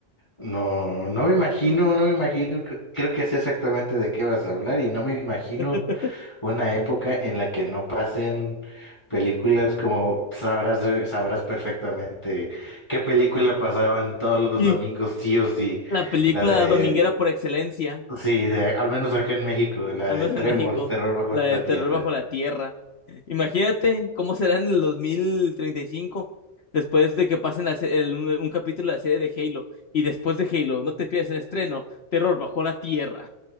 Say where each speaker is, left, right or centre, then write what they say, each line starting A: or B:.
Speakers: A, on the left; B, on the left.
A: No, no me imagino, no me imagino. Creo, creo que sé exactamente de qué vas a hablar y no me imagino
B: <laughs>
A: una época en la que no pasen películas como sabrás, eh, sabrás perfectamente qué película pasaban todos los
B: Sí.
A: domingos, sí o sí.
B: La película
A: La de,
B: dominguera por excelencia.
A: sí, de, al menos acá en México, la
B: al
A: de
B: menos
A: Tremors,
B: en México,
A: Terror bajo
B: la de
A: la
B: terror
A: tierra.
B: bajo la tierra. Imagínate cómo será en el dos mil treinta y cinco. después de que pasen la se- el- un, un capítulo de la serie de Halo, y después de Halo, no te pierdas el estreno, terror bajo la tierra.